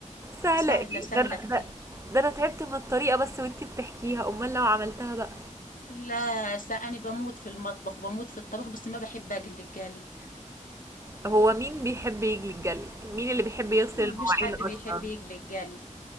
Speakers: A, on the right (about 20°); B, on the left (about 85°).
A: سهله
B: سهلة
A: ايه
B: سهلة
A: ده انا
B: كتير
A: ده, ده انا تعبت من الطريقه بس وانتي بتحكيها امال لو عملتها بقى
B: لا س... أنا بموت في المطبخ وبموت في الطبخ بس ما بحب أقلي الجالي
A: هو مين بيحب يجلي الجلي مين اللي بيحب يغسل
B: ما
A: المواعين
B: فيش حد
A: اصلا
B: بيحب يقلي الجالي